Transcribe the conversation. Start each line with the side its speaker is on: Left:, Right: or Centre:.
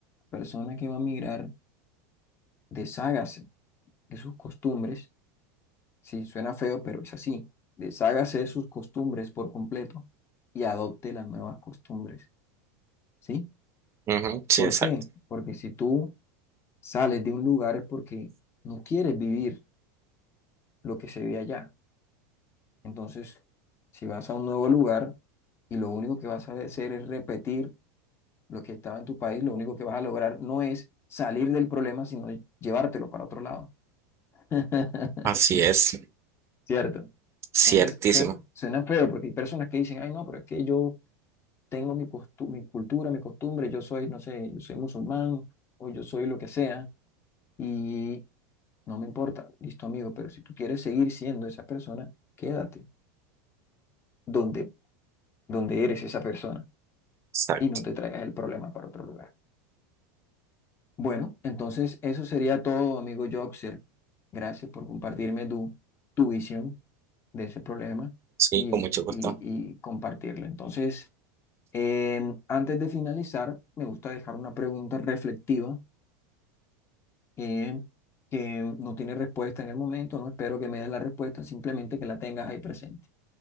Left: persona que va a migrar, deshágase de sus costumbres Sí, suena feo, pero es así. Deshágase de sus costumbres por completo y adopte las nuevas costumbres, ¿sí?
Right: Ujú, Sí,
Left: ¿Por
Right: exacto.
Left: qué? Porque si tú sales de un lugar es porque no quieres vivir lo que se ve allá. Entonces, si vas a un nuevo lugar y lo único que vas a hacer es repetir lo que estaba en tu país, lo único que vas a lograr no es salir del problema, sino llevártelo para otro lado. <laughs>
Right: Así es,
Left: ¿Cierto?
Right: ciertísimo.
Left: Entonces, suena, suena feo porque hay personas que dicen, ay, no, pero es que yo tengo mi, costu- mi cultura, mi costumbre, yo soy, no sé, yo soy musulmán o yo soy lo que sea y no me importa, listo amigo, pero si tú quieres seguir siendo esa persona, quédate donde, donde eres esa persona
Right: Exacto.
Left: y no te traigas el problema para otro lugar. Bueno, entonces eso sería todo, amigo Joxer. Gracias por compartirme tu, tu visión de ese problema
Right: Sí,
Left: y,
Right: con
Left: y,
Right: mucho gusto.
Left: y compartirla. Entonces, em, antes de finalizar, me gusta dejar una pregunta reflectiva que, que no tiene respuesta en el momento, no espero que me des la respuesta, simplemente que la tengas ahí presente,